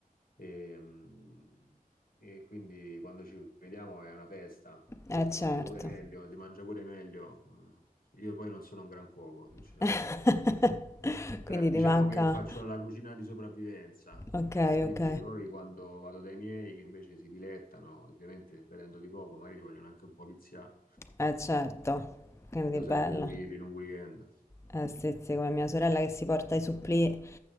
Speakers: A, on the left; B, on the left.
A: e, mh, e quindi quando ci vediamo è una festa, poi
B: Eh,
A: si
B: certo.
A: mangia pure meglio, si mangia pure meglio. Eh, Io poi non sono un gran cuoco, sinceramente.
B: <laughs> Quindi
A: Eh, diciamo
B: ti manca...
A: che faccio la cucina di sopravvivenza,
B: Ok,
A: eh, quindi
B: ok.
A: poi quando vado dai miei che invece si dilettano, ovviamente vedendo di poco, magari li vogliono anche un po' viziare.
B: Eh, certo. Quindi
A: Io
B: bella.
A: sempre due chili in un weekend.
B: Eh, sì, sì, come mia sorella che si porta i supplì...